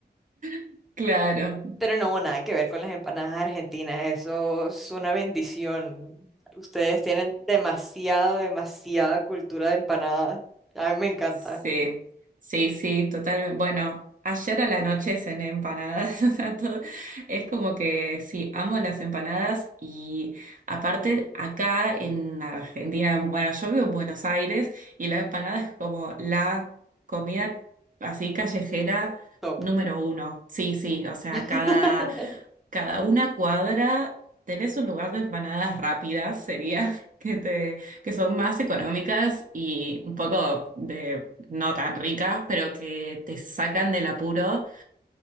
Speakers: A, on the right; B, in the centre.
A: <laughs> Claro.
B: Pero no, nada que ver con las empanadas argentinas, eso es una bendición. Ustedes tienen demasiado demasiada cultura de empanadas. A mí me encanta.
A: Sí, sí, sí, totalmente. Bueno, ayer a la noche cené empanadas, <laughs> o sea, todo- es como que sí, amo las empanadas y aparte acá en Argentina, bueno, yo vivo en Buenos Aires y la empanada es como la comida así callejera
B: Top.
A: número uno. Sí, sí, o sea,
B: <laughs>
A: cada, cada una cuadra tenés un lugar de empanadas rápidas, sería <laughs> que te que son más económicas y un poco de no tan ricas, pero que te sacan del apuro